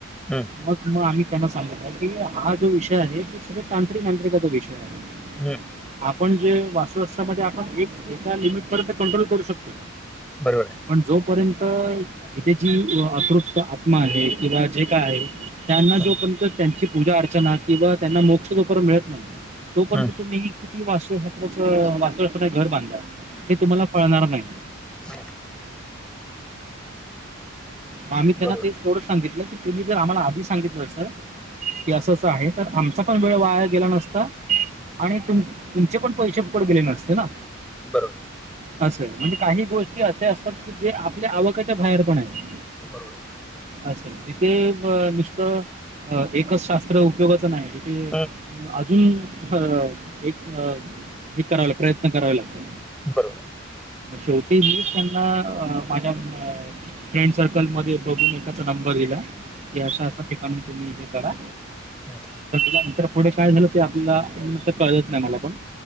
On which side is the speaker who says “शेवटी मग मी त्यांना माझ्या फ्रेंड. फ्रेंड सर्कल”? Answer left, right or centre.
Right